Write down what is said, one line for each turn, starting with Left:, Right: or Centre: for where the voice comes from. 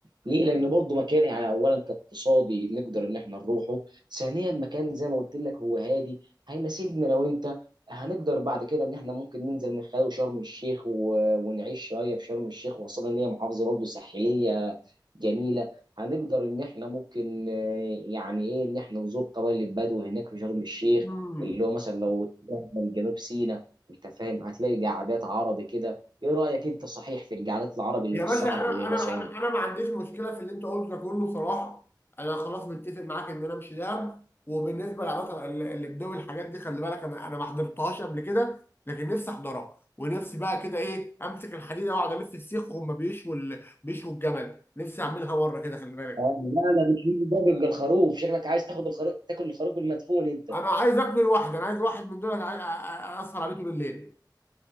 Right: ليه لان برضه مكان يعني اولا كاقتصادي نقدر ان احنا نروحه ثانيا مكان زي ما قلت لك هو هادي هيناسبنا لو انت هنقدر بعد كده ان احنا ممكن ننزل من خلال شرم الشيخ و... ونعيش شويه في شرم الشيخ وخاصه ان هي محافظه برضه ساحليه جميله هنقدر ان احنا ممكن آه، يعني ايه ان احنا نزور قبائل البدو هناك في شرم الشيخ
Left: مم.
Right: اللي هو مثلا لو من جنوب سيناء انت فاهم هتلاقي قعدات عربي كده ايه رايك انت صحيح في القعدات العربي اللي
Left: يا
Right: في الصحراء
Left: باشا انا
Right: اللي
Left: انا
Right: مثلا
Left: انا أنا ما عنديش مشكله في اللي انت قلته ده كله صراحه انا خلاص متفق معاك ان انا امشي دهب وبالنسبه للعلاقه اللي بدوي الحاجات دي خلي بالك انا انا ما حضرتهاش قبل كده لكن نفسي احضرها ونفسي بقى كده ايه امسك الحديده واقعد الف السيخ وهم بيشوا ال- بيشوا الجمل نفسي اعملها مره كده خلي بالك
Right: لا لا مش مين ده بيبقى الخروف شكلك عايز تاخد الخروف تاكل الخروف المدفون انت
Left: انا عايز اكل لوحدي انا عايز واحد من دول أنا عايز- أ- أ- اسهر عليه طول الليل